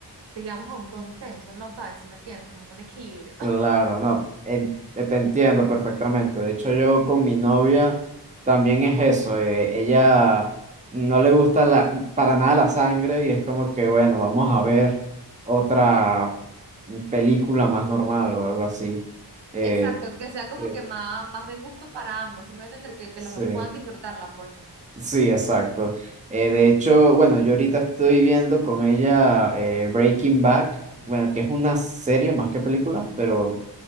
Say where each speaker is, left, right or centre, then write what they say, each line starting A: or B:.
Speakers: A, on the right (about 75°); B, on the right (about 20°).
A: llegamos a un consenso, no sabes, si me entiendes, como un equilibrio.
B: Claro,
A: <laughs>
B: no, en- eh, te entiendo perfectamente. De hecho, yo con mi novia también es eso. eh, ella no le gusta la, para nada la sangre y es como que, bueno, vamos a ver otra película más normal o algo así. Eh,
A: Exacto, que sea como
B: Sí.
A: que más, más de gusto para ambos, si me voy a entender que, que
B: sí,
A: los dos puedan disfrutarla, pues.
B: sí, exacto. Eh, de hecho, bueno, yo ahorita estoy viendo con ella eh, Breaking Bad, bueno, que es una serie más que película, pero